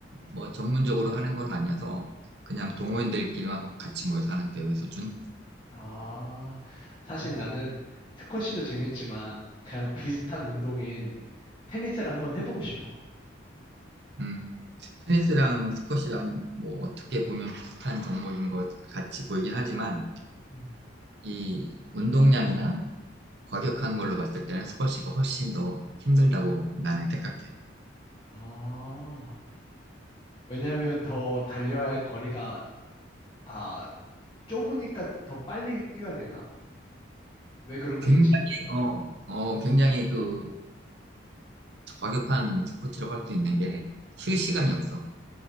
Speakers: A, on the right (about 60°); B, on the left (about 25°).
A: 뭐 전문적으로 하는 건 아니어서 그냥 동호인들끼리만 같이 모여서 하는 대회 수준?
B: 아, 사실 나는 스쿼시도 재밌지만 그냥 비슷한 운동인 테니스를 한번 해보고 싶어.
A: 음, 체스랑 스쿼시랑 뭐 어떻게 보면 비슷한 종목인 것 같이 보이긴 하지만
B: 음.
A: 이 운동량이나 과격한 걸로 봤을 때는 스쿼시가 훨씬 더 힘들다고 나는 생각해.
B: 아, 왜냐하면 더 달려야 할 거리가 아, 좁으니까 더 빨리 뛰어야 되나? 왜 그런 게
A: 굉장히
B: 있지?
A: 어, 어 굉장히 그 과격한 스포츠라고 할 수 있는 게 쉴 시간이 없어.